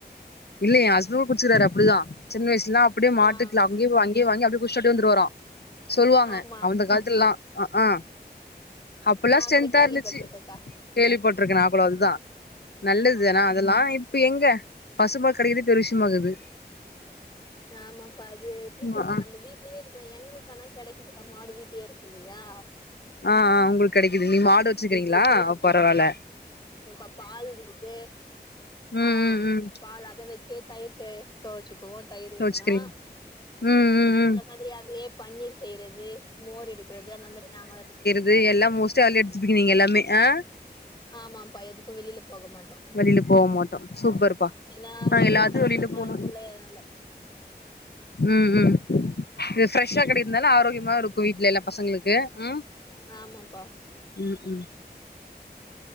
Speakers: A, on the left; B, on the left.
A: இல்லையே ஹஸ்பண்ட்டு கூட குடிச்சுருக்காரு அப்பிடிதா சின்ன வயசுலல்லா அப்பிடியே மாட்டுக்லா
B: ஆஹ்
A: அங்கியே போய் வாங்கி அங்கியே அப்டியே குடிச்சுட்டு அப்டியே வந்துருவாரா சொல்லுவாங்க
B: ஆமா
A: அந்த கால த்துல்லா அ அ அப்பல்லா
B: நான்
A: ஸ்ட்ரென்த்தாருந்துச்சு
B: கூட கேள்விப்பட்டிருக்கேன்க்கா
A: கேள்விபட்ருக்கே நா கூட அதுதா நல்லது
B: ஆமா
A: தான அதுலா இப்ப எங்க பசும்பால் கெடைக்கதே பெரு விஷியமாக்குது
B: ஆமாம்பா அது எப்பிடி சொல்றது
A: ஆ ஆ
B: நம்ப வீட் லேயே எங்களுக்குக்கானா கெடைக்கதுக்கா மாடு வீட்டிலேயே இருக்குல்லியா
A: அ அ உங்குளுக்கு கெடக்குது நீங் மாடு வச்சிருக்கிங்களா பரவால
B: ப்ப பால் இருக்கு
A: ம்
B: ஆ அ
A: ம் ம்
B: பால் அத வெச் சு தயிர் தே துவச்சுக்குவோ தயிர் வேணுனா
A: வச்சுக்கிறீங்க ம் ம் ம்
B: அந்த மாதிரி அதுலே பன்னீர் செய்யறது மோர் எடுக்குறது அந்த மாரி நாங்களா அது
A: து எல்லா மோஸ்ட்லி அதுலே எடுத்துப்பிங்க நீங்க எல்லாமே அ
B: ஆமாப்பா எதுக்கு வெளியில போகமாட்டோ
A: வெளில போக மாட்டோ சூப்பர்ப்பா
B: ஏன்னா
A: நாங்க
B: ஒரு
A: எல்லாத்து
B: சில கலப்படமா
A: வெளில போனோ
B: இருக்குல்ல அதால்ல
A: ம் ம் இது ஃப்ரெஷ்ஷா கெடக்கரதுனால ஆரோக்கியமா இருக்கு வீட்ல எல்லா பசங்களுக்கு உம்
B: ஆமாப்பா
A: ம் ம்